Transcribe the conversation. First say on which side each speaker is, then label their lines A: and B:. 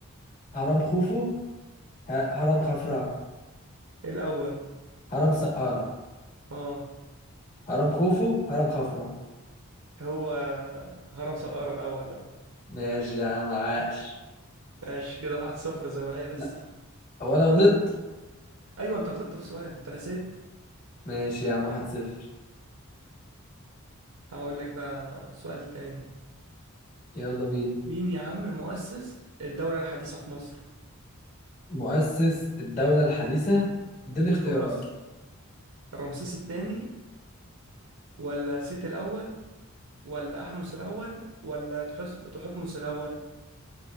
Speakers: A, on the left; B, on the right.
A: هرم خوفو ه- هرم خفرع
B: الأول
A: هرم سقارة
B: اه
A: هرم خوفو هرم خفرع
B: هو هرم سقارة الأول ده
A: ماشي يا عم عاش
B: ماشي كده واحد صفر زي ما هي لسه
A: لا هو انا غلطت
B: أيوة أنت غلطت في سؤال أنت نسيت
A: ماشي يا عم واحد صفر
B: هقول لك بقى سؤال تاني
A: يلا بينا
B: مين يا عم مؤسس الدولة الحديثة في مصر
A: مؤسس الدولة الحديثة اديني اختيارات
B: في مصر رمسيس التاني ولا سيت الأول ولا احمس الاول ولا تحس تحتمس الاول